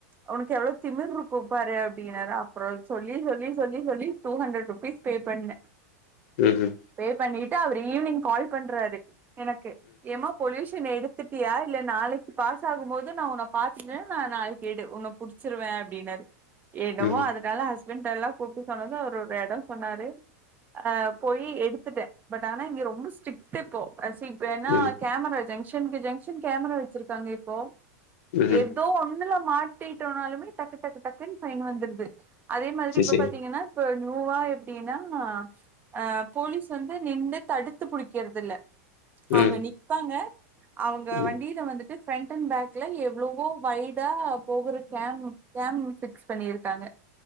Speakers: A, on the right; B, on the left.
A: உனுக்கு எவ்வளோ திமிர் கூப்பாரு அப்படின்னாரா அப்பறோ சொல்லி சொல்லி சொல்லி சொல்லி டூ ஹண்ட்ரட் ருபீஸ் பே பண்ண
B: ம் ம்
A: பே பண்ணிட்டு அவரு ஈவ்னிங் கால் பண்றாரு எனக்கு ஏமா பொல்யூஷன் எது துட்டியா இல்ல நாளைக்கு பாஸ் ஆகும் போது நா உன்ன பாத்துகுற நா நாளை கேடு உன்ன புடிச்சிருவ அப்படின்னாரு என்னமோ
B: ம்ஹ்ம் ம்
A: அது அதால ஹஸ்பண்ட எல்லா கூப்ட்டு சொன்னது அவரு ஒரு எடோ சொன்னாரு அ போயி எடுத்துட்ட பட் ஆனா இங்க ரொம்ப ஸ்ரிக்ட்டு இப்போ சீ இப்பனா
B: ம்
A: camera junction to junction camera வச்சிருக்காங்க இப்போ
B: ம்ஹ்ம்
A: ஏதோ ஒண்ணுல மாட்டிட்டோனாலுமே டக்கு டக்கு டக்குன்னு ஃபைன் வந்துடுது அதே மாதிரி
B: சரி
A: இப்ப
B: சரி
A: பாத்தீங்கன்னா இப்ப நியூவா எப்டின்னா அ போலீஸ் வந்து நின்னு தடுத்து புடிக்கறது இல்ல
B: ம்
A: அவங்க நிப்பாங்க அவங்க
B: ம்
A: வண்டில வந்துட்டு பிஃரண்ட் அண்ட் பேக்ல எவ்ளோ இப்போ வய்டா போகற கேம் கேம்ப் பிக்ஸ் பண்ணிருக்காங்க